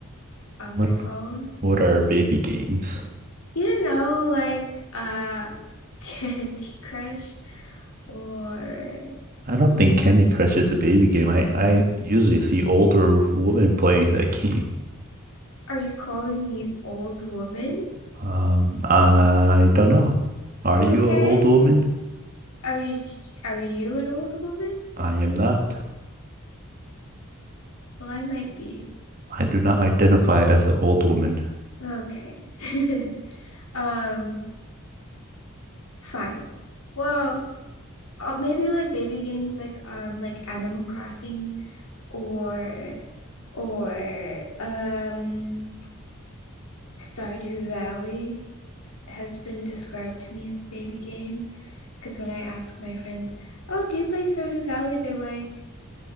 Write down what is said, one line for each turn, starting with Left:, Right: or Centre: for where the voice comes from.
Left: on
Right: What
Left: my phone.
Right: what are baby games?
Left: You know, like uh <laughs> Candy Crush or
Right: I don't think Candy Crush is a baby game. I I usually see older women playing that <laughs> game.
Left: are you calling me old woman?
Right: Um, I don't know. Are you
Left: Okay.
Right: an old woman?
Left: Are you are you an old woman?
Right: I am not.
Left: Well, I might be.
Right: I do not identify as an old woman.
Left: Okay. <laughs> Um, fine. Well, Uh, maybe like baby games like um like Animal Crossing or or um Stardew Valley has been described to me as a baby game because when I ask my friends, "Oh, do you play Stardew Valley?" they're like,